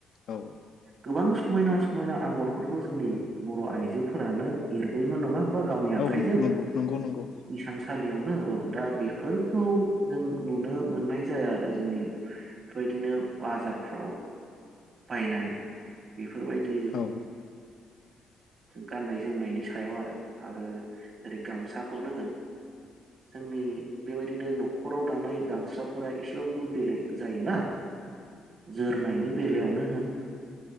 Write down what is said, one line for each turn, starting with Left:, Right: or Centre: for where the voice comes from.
Left: औ
Right: गोबां समायना समायना आगरफोरखौ जोंनि बर' आइजोफोरानो एरबोयोमोन नङा <unintelligible> गावनि आखाइजों
Left: औ नंगौ नंगौ नंगौ
Right: इसान <unintelligible> सालियावनो औ दा बे फोरखौ जों नुनो मोननाय जाया आरो जोंनि बेबायदिनो बाजारफ्राव बायनाय बे बेफोरबायदि
Left: औ
Right: गाननाय -जोमनायनि सायाव आरो आरो जेरै गामसाखौनो होन जोंनि बेबायदिनो न'खराव दानाय गामसाफोरा एसेबाबो बेलेग जायोना जोरनायनि बेलायावनो होन